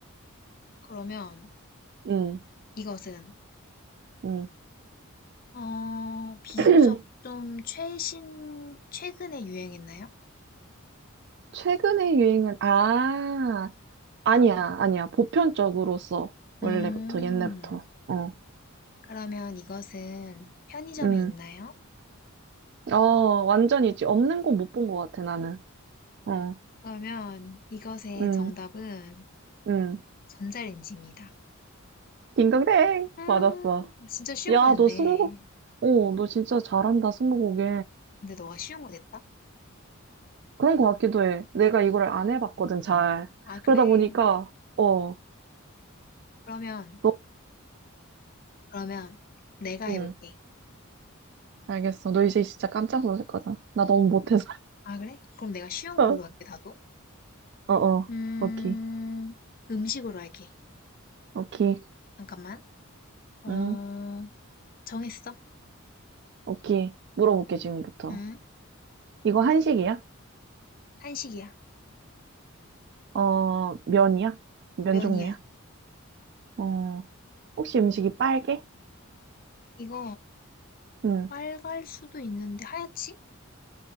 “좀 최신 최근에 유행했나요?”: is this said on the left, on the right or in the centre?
Left